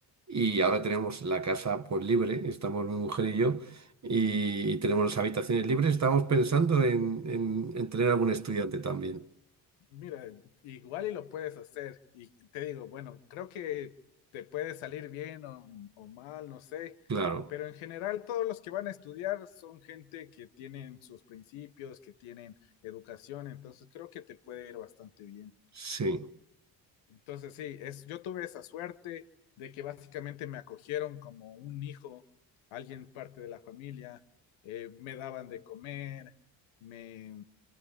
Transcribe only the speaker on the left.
Mira, igual y lo puedes hacer. Y te digo, bueno, creo que te puede salir bien o, o mal, no sé.
Pero en general, todos los que van a estudiar son gente que tienen sus principios, que tienen educación. Entonces, creo que te puede ir bastante bien.
Entonces, sí, es, yo tuve esa suerte de que básicamente me acogieron como un hijo, alguien parte de la familia, eh, me daban de comer, me...